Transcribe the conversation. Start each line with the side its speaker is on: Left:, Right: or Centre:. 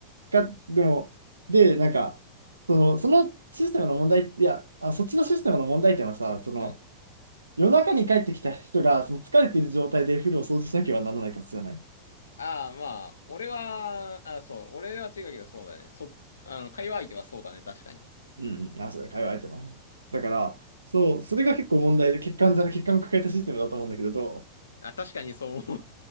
Right: か、でも、で、なんか、その、そのシステムの問題、いや、あ、そっちのシステムの問題点はさ、その、
Left: うん。
Right: 夜中に帰ってきた人がその疲れている状態で風呂を掃除しなければならないからじゃない。
Left: ああ、まあ、俺は、あ、そう、俺は違うけどそうだね。そ、あの、会話相手はそうだね、確かに。
Right: うんうん、あ、そうだ、会話相手の。だから、そう、それが結構問題で、欠陥じゃない、欠陥を抱えたシステムだと思うんだけど、ど
Left: あ、確かにそう思う。